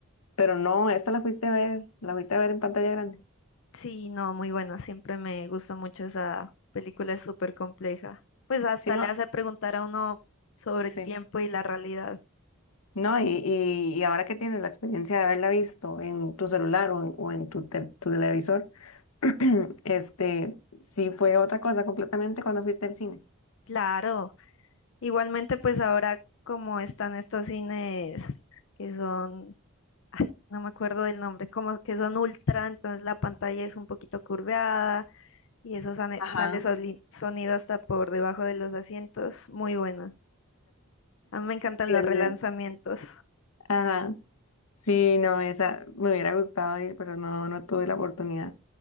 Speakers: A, on the left (about 75°); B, on the left (about 60°).
A: Pero no, esta la fuiste a ver, la fuiste a ver en pantalla grande.
B: Sí, no, muy buena. Siempre me gustó mucho esa película, es súper compleja. Pues hasta
A: Sí, no,
B: le hace preguntar a uno sobre
A: sí.
B: el tiempo y la realidad.
A: No, y, y, y ahora que tienes la experiencia de haberla visto en tu celular o en, o en tu, tel- tu televisor, <clears throat> este, sí fue otra cosa completamente cuando fuiste al cine.
B: Claro. Igualmente, pues ahora como están estos cines que son ay, no me acuerdo del nombre, como que son ultra, entonces la pantalla es un poquito curveada y eso sane-
A: Ajá.
B: sale, soli-
A: <laughs>
B: sonido hasta por debajo de los asientos. Muy bueno. A mí me encantan
A: Sí,
B: los
A: es
B: relanzamientos.
A: bien. Ajá. Sí, no, esa me hubiera gustado ir, pero no, no tuve la oportunidad.